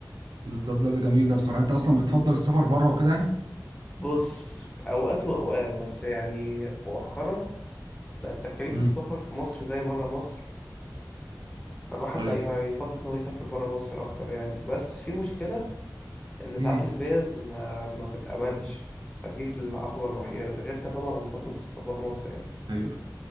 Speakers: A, on the right; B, on the left.
A: بالظبط لا ده جميل ده بصراحة انت اصلا بتفضل السفر بره وكده يعني؟
B: بص أوقات وأوقات بس يعني مؤخرا بقت تكاليف
A: امم
B: السفر في مصر زي برا مصر فالواحد
A: ايوه
B: بقى يفضل إنه يسافر برا مصر أكتر يعني بس في مشكلة إن ساعات
A: امم
B: الفيز ما ما بتتقبلش فدي العقبة الوحيدة لكن غير كده طبعا أنا بفضل السفر برا مصر يعني
A: ايوه